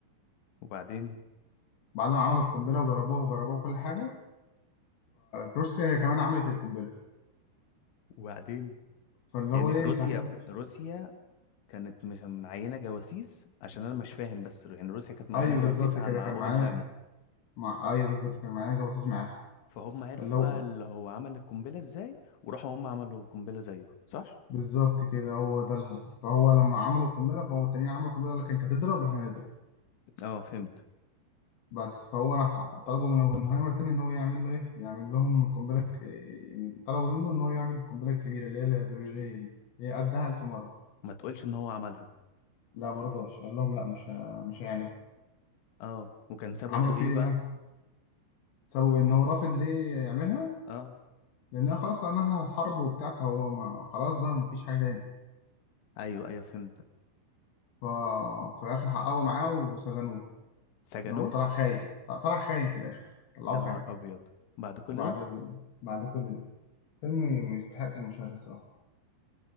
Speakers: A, on the left; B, on the left.
A: وبعدين
B: بعد ما عملوا القنبله وضربوها وجربوها كل حاجه فروسيا هي كمان عملت القنبله
A: وبعدين
B: فاللي
A: يعني
B: هو ايه
A: روسيا
B: انت هتد...
A: روسيا كانت مش معينة جواسيس عشان انا مش فاهم بس يعني روسيا كانت معينة
B: ايوه
A: جواسيس
B: بالظبط
A: عن-
B: كده
A: مع
B: كان
A: اوبنهايمر
B: معانا مع ايوه بالظبط كان معانا جواسيس معاه
A: فهم عرفوا
B: فاللي هو
A: بقى اللي هو عمل القنبلة ازاي وراحوا هم عملوا القنبلة زيه صح؟
B: بالظبط كده هو ده اللي حصل فهو لما عملوا القنبله فهو التانيين عملوا القنبله قال لك انت تضرب احنا نضرب
A: اه فهمت
B: بس فهو راح طلبوا من اوبنهايمر تاني ان هو يعمل له ايه يعمل لهم قنبله ك- إيه- طلبوا منه ان هو يعمل القنبله الكبيره اللي هي الهيدروجينيه دي هي قدها 1000 مره
A: ما تقولش ان هو عملها
B: لا مرضاش قال لهم لا مش ه- مش هيعملها
A: اه وكان سببه
B: عملوا فيه
A: ايه
B: ايه
A: بقى؟
B: بقى سبب ان هو رافض ليه يعملها
A: اه
B: لأن خلاص أنهى الحرب وبتاع فهو ما خلاص بقى ما فيش حاجة تاني
A: ايوه ايوه فهمت
B: ف... ففي الآخر حققوا معاه وسجنوه
A: سجنوه
B: اللي هو طلع خاين ط- طلع خاين في الآخر طلعوه
A: يا نهار
B: خاين
A: ابيض بعد كل
B: وبعد
A: ده
B: ال... بعد كل ده فيلم يستحق المشاهدة الصراحة